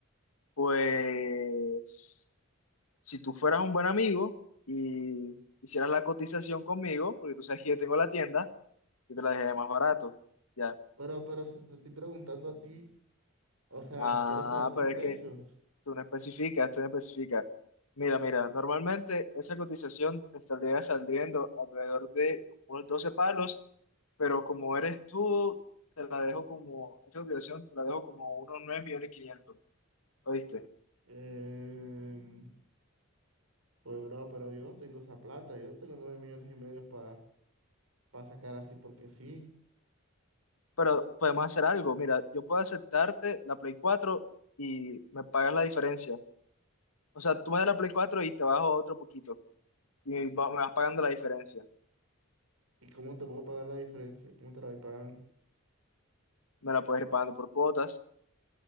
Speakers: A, on the left; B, on the right.
A: Pues, si tú fueras un buen amigo y hicieras la cotización conmigo, porque tú sabes que yo tengo la tienda, Yo te la dejé más barato. Ya.
B: Pero, pero si te estoy preguntando a ti, o sea,
A: Ah,
B: quiero saber tus
A: pero
B: precios.
A: es que tú no especificas, tú no especificas. Mira, mira, normalmente esa cotización te estaría saliendo alrededor de como unos 12 palos, pero como eres tú, te la dejo como, esa cotización te la dejo como unos nueve millones quinientos, ¿oíste?
B: Eh, pues, bro, pero yo no tengo esa plata. Yo no tengo 9 millones y medio para sacar así porque sí.
A: Pero podemos hacer algo, mira, yo puedo aceptarte la Play cuatro y me pagas la diferencia. O sea, tú me das la Play cuatro y te bajo otro poquito y va- me vas pagando la diferencia
B: ¿Y cómo te puedo pagar la diferencia? ¿Cómo te la voy pagando?
A: me la puedes ir pagando por cuotas.